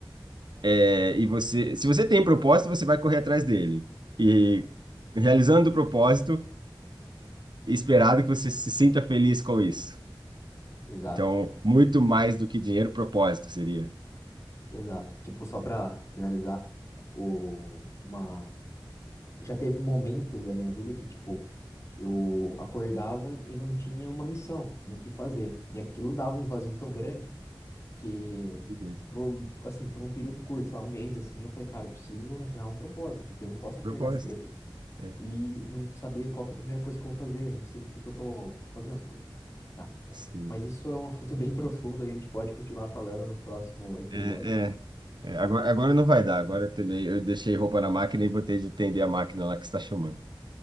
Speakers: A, on the right; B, on the left.
A: é, e você, se você tem propósito, você vai correr atrás dele. E realizando o propósito, esperado que você se sinta feliz com isso.
B: Exato.
A: Então, muito
B: Porque-
A: mais do que dinheiro, propósito seria.
B: Exato. Tipo, só pra finalizar, o, uma... já teve momentos da minha vida que, tipo, Eu acordava e não tinha uma missão no que fazer. E aquilo dava um vazio tão grande que,
A: E bem,
B: por, assim, por um período curto, sei lá, um mês, assim, eu falei, cara, eu preciso arranjar um propósito, porque eu não posso acordar
A: propósito.
B: cedo
A: É,
B: e não saber qual que é a primeira coisa que eu vou fazer, não sei por que que eu tô fazendo as coisas. tá?
A: sim.
B: Mas isso é um assunto <laughs> bem profundo, a gente pode continuar falando no próximo episódio.
A: É, é, é, agora, agora não vai dar. Agora também eu deixei roupa na máquina e botei de atender a máquina lá que está chamando.